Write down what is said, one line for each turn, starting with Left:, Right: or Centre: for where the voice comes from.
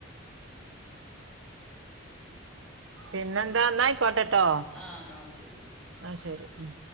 Right: പിന്നെന്താന്നയിക്കോട്ടട്ടോ
Centre: ആഹ് ന്നാ ഓക്കെ ഓക്കെ
Right: ആഹ് ശരി ഉം